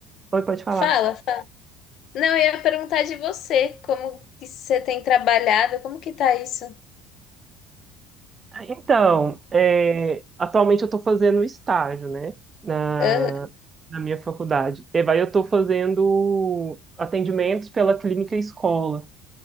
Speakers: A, on the right; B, on the left.
A: oi, pode falar.
B: fala, fala. Não, eu ia perguntar de você, como que você tem trabalhado, como que tá isso?
A: Ah, Então, é, atualmente eu estou fazendo estágio, né, na,
B: Aham,
A: na minha faculdade. E vai, eu estou fazendo atendimentos pela clínica escola.